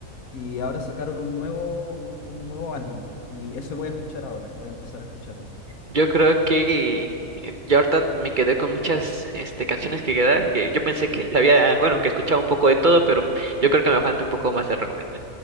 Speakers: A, on the left; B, on the right.
A: Y ahora sacaron un nuevo, un un nuevo álbum, y eso voy a escuchar ahora, voy a empezar a escucharlo.
B: yo creo que eh, ya ahorita me quedé con muchas, este, canciones que quedar, que yo pensé que había, bueno, que escuchaba un poco de todo, pero yo creo que me falta un poco más de rock metal.